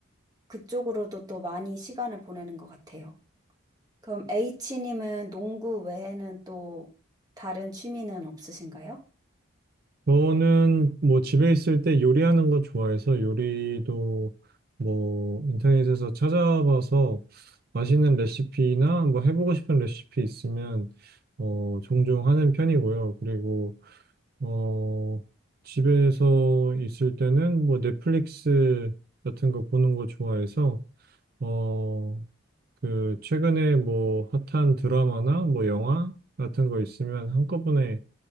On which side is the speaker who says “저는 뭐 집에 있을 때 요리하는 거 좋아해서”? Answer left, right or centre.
Right